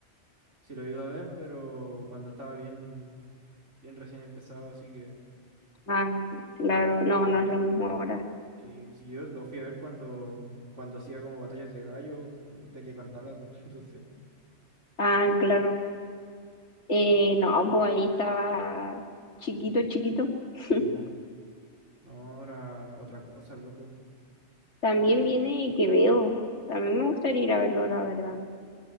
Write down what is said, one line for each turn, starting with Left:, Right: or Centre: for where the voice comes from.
Right: sí lo he ido a ver, pero cuando estaba bien, bien recién empezado, así que
Left: Ah, claro. No,
Right: no,
Left: no es lo mismo ahora.
Right: sí, sí, yo lo fui a ver cuando, cuando hacía como batallas de gallo, antes que cantara, <laughs> entonces,
Left: Ah, claro. Eh, no, pues ahí estaba chiquito, chiquito. <laughs>
Right: sí, pues, no, ahora otra cosa, loco.
Left: También viene Quevedo. También me gustaría ir a verlo, la verdad.